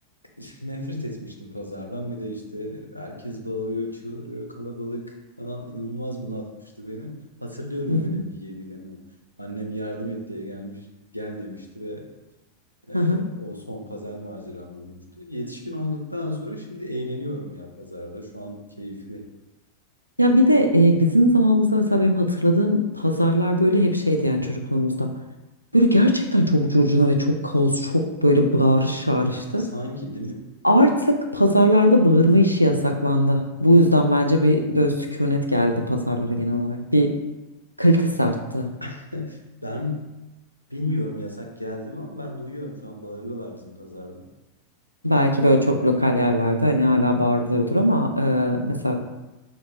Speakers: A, on the left; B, on the right.
A: <laughs> Nefret etmiştim pazardan. Bir de işte herkes bağırıyor, çığırıyor, kalabalık falan inanılmaz bunaltmıştı beni. Hatırlıyorum
B: Hı hı.
A: öyle bir yeminimi. Annem yardım et diye gelmiş, gel demişti ve e,
B: hı hı.
A: o son pazar maceram olmuştu. Yetişkin olduktan sonra şimdi eğleniyorum ya pazarda. Şu an keyifli.
B: Ya bir de e, bizim zamanımızda mesela benim hatırladığım pazarlar böyle hep şeydi yani çocukluğumuzda. Böyle gerçekten çok curcuna ve çok kaos, çok böyle bağırış çağrıştı.
A: Sanki değil mi?
B: Artık pazarlarda bağırma işi yasaklandı. Bu yüzden bence bir böyle sükunet geldi pazarlara genel olarak. Bir kalitesi arttı.
A: <laughs> Ben bilmiyorum yasak geldi mi ama ben duyuyorum şu an bağırıyorlar bizim pazarda.
B: Belki böyle çok lokal yerlerde hani hala bağırılıyordur ama e, mesela